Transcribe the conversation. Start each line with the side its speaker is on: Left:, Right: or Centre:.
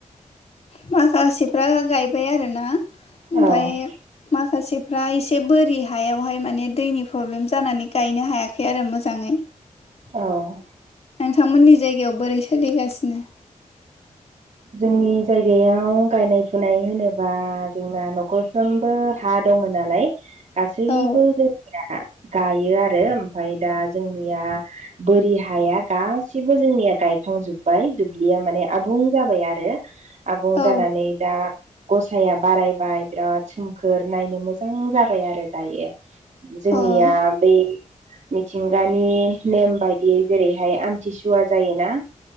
Left: माखासेफ्रा गायबाय आरोना ओमफाय
Right: औ
Left: माखासेफ्रा एसे बोरि हायावहाय माने दैनि प्रब्लेम जानानै गायनो हायाखै आरो मोजाङै।
Right: औ
Left: नोंथांमोननि जायगायाव बोरै सोलिगासिनो
Right: जोंनि जायगायाव गायनाय फुनाय होनोबा जोंना न'खर फ्रोमबो हा दङ नालाय गासैबो
Left: औ
Right: जों <unintelligible> गायो आरो ओमफाय दा जोंनिया बोरि हाया गासिबो जोंनिया गायखांजोब्बाय दुब्लिया माने आबुं जाबाय आरो आबुं
Left: औ
Right: जानानै दा गसाया बारायबाय बिराद सोमखोर नायनो मोजां जाबाय आरो दायो जोंनिया
Left: अ औ
Right: बै मिथिंगानि नेम बायदियै जेरैहाय आमथिसुवा जायोना